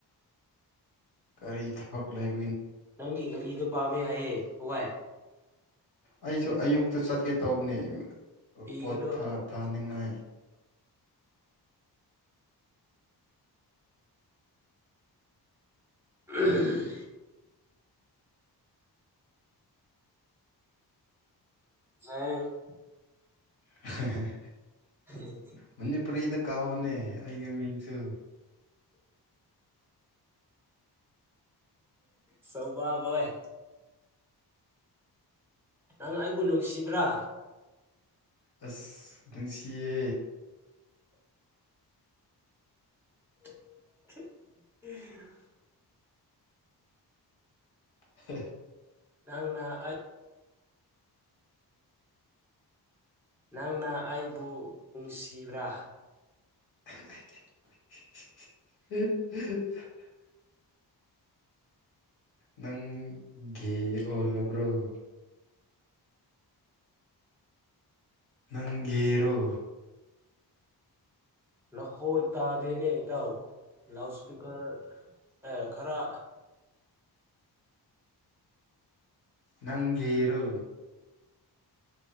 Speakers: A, on the left; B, in the centre.
A: ꯀꯔꯤ ꯊꯕꯛ ꯂꯩꯕ
B: ꯅꯪꯒꯤ ꯒꯔꯤꯗꯨ ꯄꯥꯃꯦ ꯍꯥꯏꯌꯦ ꯄꯋꯥꯏ
A: ꯑꯩꯁꯨ ꯑꯌꯨꯛꯇ ꯆꯠꯀꯦ ꯇꯧꯕꯅꯦ
B: ꯄꯤꯒꯅꯨ
A: ꯄꯣꯠ ꯊꯥꯅꯤꯡꯉꯥꯏ
B: ꯎꯝ <unintelligible>
A: ꯍꯦꯍꯦꯍꯦ
B: ꯎꯝ
A: ꯃꯅꯤꯄꯨꯔꯤꯗ ꯀꯥꯎꯑꯣꯅꯦ ꯑꯩꯒꯤ ꯃꯤꯡꯁꯨ
B: ꯁꯧꯕꯕꯣꯏ ꯅꯪ ꯑꯩꯕꯨ ꯅꯨꯡꯁꯤꯕ꯭ꯔꯥ
A: ꯑꯁ ꯅꯨꯡꯁꯤꯌꯦ
B: <unintelligible>
A: ꯍ
B: ꯅꯪꯅ ꯑꯩ ꯅꯪꯅ ꯑꯩꯕꯨ ꯅꯨꯡꯁꯤꯕ꯭ꯔꯥ
A: <unintelligible> ꯅꯪ ꯒꯦ ꯑꯣꯜꯂꯕ꯭ꯔꯣ ꯅꯪ ꯒꯦꯔꯣ
B: ꯅꯈꯣꯜ ꯇꯗꯦꯅꯦ ꯏꯇꯥꯎ ꯂꯥꯎꯠ ꯏꯁꯄꯤꯀꯔ ꯑꯦ ꯈꯔ
A: ꯅꯪ ꯒꯦꯔꯣ